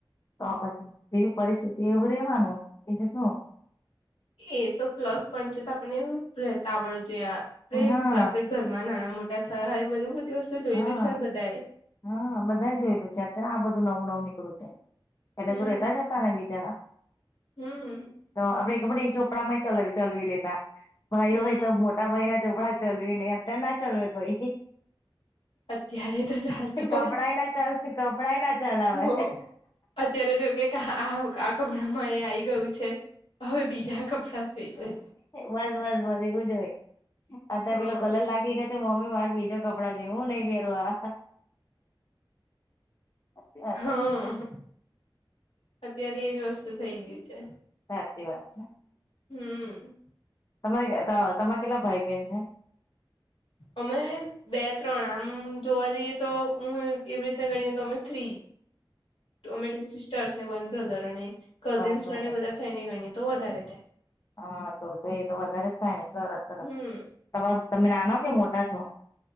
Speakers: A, on the left (about 40°); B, on the left (about 80°).
A: તો પછી જેવી પરિસ્થિતિ એવું રેવાનું એજ શું.
B: એ તો પ્લસ પોઈન્ટ છે તો આપને રહેતા આવડવું જોઈએ આપણે
A: હા
B: આપડે ઘરમાં નાના મોટા થયા હોય બધી બધી વસ્તુ જોયેલી
A: હા
B: છે હોય બધાએ
A: હા બધા જોય બ છે અત્યારે આ બધું નવું નવું નીકળું જાય પેલે
B: હમ
A: તો રેતા જ હતા. બિચારા
B: હમ
A: તો આપડેડ એક ચોપડા માં ચ ચલવી લેતા. ભાઈ
B: હમ
A: હોય તો મોટા ભાઈ ના ચોપડા ચલવી લે અત્યારે ના ચાલવે કોઈ.
B: અત્યારે તો ચાલતું
A: કપડાય
B: હોય
A: ના ચ કપડાય ના ચલાવે
B: હો
A: હવે.
B: અત્યારે તો કે આ કપડાંમાં એ આઈ ગયું છે. હવે બીજા કપડા જોઈશે
A: બસ બસ બસ એવું જ હોય. અદા
B: હમ
A: બલો કોલ લાગી ગયો. મમ્મી મારે બીજો કપડા જે હું નહી પેરુ આ. સાચચી વાત.
B: હમ અત્યારે એજ વસ્તુ થઇ ગયું છે.
A: સાચી વાત છે.
B: હમ.
A: તમારે તમારે કેટલા ભાઈ બહેન છે.
B: અમે. બે ત્રણ આમ જોવા જઈએ તો હું એવી રીતે ગણીએ તો અમે થ્રી.
A: <inaudible>
B: અમે ટુ સિસ્ટર્સ ને વન બ્રધર અને કઝિન્સ
A: બરાબર
B: બધા થઈને ગણીએ તો વધારે થાય.
A: હા તો તો એ તો વધારે જ થાય ને સરસ સરસ
B: હમ
A: તમાર તમે નાનો કે મોટા છો.